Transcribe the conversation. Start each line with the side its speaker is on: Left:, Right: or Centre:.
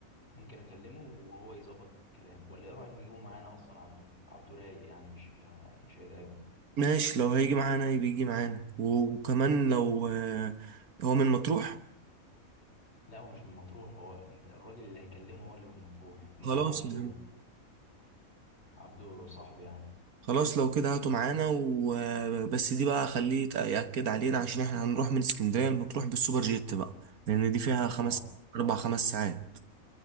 Left: ممكن اكلمه وهو يظبط الكلام ولا ايه رايك نجيبه معانا اصلا عبده عبده رايق يعني مش مش هيتعبني
Right: ماشي لو هيجي معانا يبقى يجي معانا وكمان لو آه، هو من مطروح
Left: لا هو مش من مطروح هو انت الراجل اللي هيكلمه هو اللي من مطروح انما
Right: خلاص
Left: عبده
Right: يعني.
Left: عبده صاحبي يعني
Right: خلاص لو كده هاتوا معانا وبس دي بقى خليه يتأ- يأكد علينا عشان احنا هنروح من اسكندرية المطروح بالسوبر جيت بقى لأن دي فيها خمس
Left: اه
Right: أربع خمس ساعات